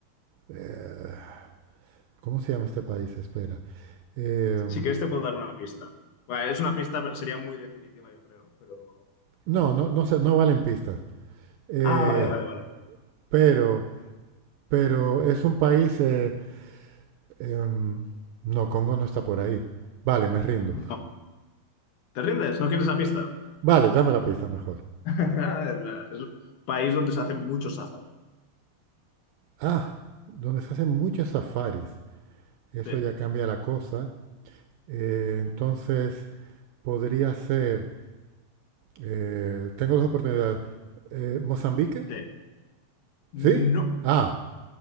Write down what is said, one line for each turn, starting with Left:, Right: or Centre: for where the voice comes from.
Right: eh, ¿cómo se llama este país? Espera. Eh,
Left: Si quieres te puedo dar una pista. Bueno, es una pista, pero sería muy definitiva, yo creo, pero...
Right: no, no, no sé, no valen pistas. Eh,
Left: Ah, vale, vale, vale.
Right: pero, pero es un país. eh, em, no, Congo no está por ahí. Vale, me rindo.
Left: No, ¿te rindes? ¿No quieres la pista?
Right: Vale, dame la pista mejor.
Left: <laughs> Es verdad, es un país donde se hacen muchos safaris.
Right: Ah, donde se hacen muchos safaris. Eso
Left: Sí,
Right: ya cambia la cosa. Eh, entonces, podría ser. eh, tengo dos oportunidades. Eh, ¿Mozambique?
Left: sí. No,
Right: ¿Sí? Ah,